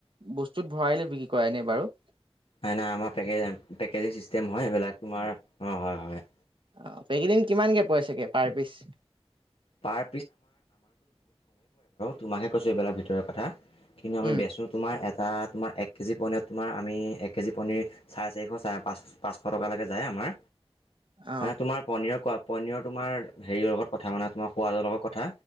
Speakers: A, on the right; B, on the left.
A: বস্তুত ভৰাই লৈ বিক্ৰী কৰা এনে বাৰু।
B: হয় নাই আমাৰেে পেকেজিং চিষ্টেম হয় এইবিলাক তোমাৰ, অ' হয় হয়।
A: অ' পেকিজিং কিমানকে পৰে পিছে পাৰ পিচ?
B: পাৰ তোমাকে কৈছোঁ এইবিলাক ভিতৰুৱা কথা কিন্তু আমি
A: উম
B: বেচোঁ তোমাৰ তা তোমাৰ এক কেজি পনীৰ তোমাৰ আমি এক কেজি পনীৰ চাৰে চাৰিশ চ পাঁচ পাঁচশ টকালৈকে যায়। আমাৰ
A: অ
B: তোমাৰ পনিৰ কোৱা পনীৰৰ তোমাৰ হেৰিৰ লগত কথা মানে তোমাৰ সোৱাদৰ লগত কথা